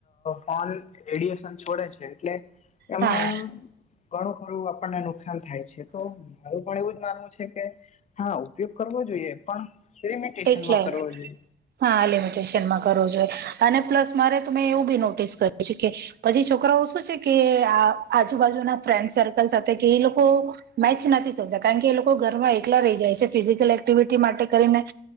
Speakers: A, on the left; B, on the right.
A: ફોન રેડિયેશન છોડે છે એટલે એમાં
B: હા
A: ઘણું ખરું આપણને નુકસાન થાય છે તો મારું પણ એવું જ માનવું છે કે હા ઉપયોગ કરવો જોઈએ પણ લિમીટેશનમાં
B: એટલે
A: કરવો જોઈએ
B: હા લિમિટેશનમાં કરવો જોઈએ અને પ્લસ મારે તમે એવુંબી નોટિસ કર્યું છે કે પછી છોકરાઓ શું છે કે આ આજુબાજુના ફ્રેન્ડ સર્કલ સાથે કે એ લોકો મેચ નથી થતા કારણ કે એ લોકો ઘરમાં એકલા રહી જાય છે ફિઝિકલ એક્ટિવિટી માટે કરીને અ